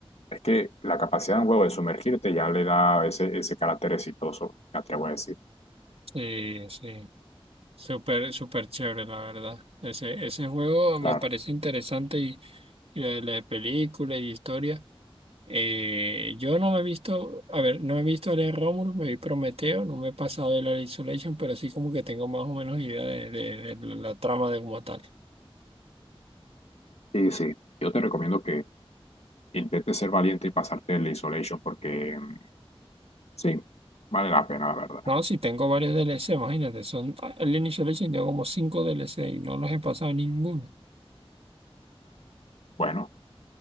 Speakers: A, on the left; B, on the right.
A: es que la capacidad de un huevo de sumergirte ya le da ese, ese carácter exitoso, me atrevo a decir.
B: Sí, sí. Súper, súper chévere, la verdad. Ese, ese juego
A: Claro.
B: me parece interesante y, y lo de la de película y historia. Eh, yo no me he visto, a ver, no he visto Alien Romulus, me vi Prometeo, no me he pasado de la Isolation, pero sí como que tengo más o menos idea de, de- de la trama de como tal.
A: Sí, sí. Yo te recomiendo que intentes ser valiente y pasarte el isolation porque mm, sí, vale la pena, la verdad.
B: No, sí tengo varios D L C imagínate, son Alien Isolation, tengo como cinco D L C y no los he pasado ninguno.
A: Bueno,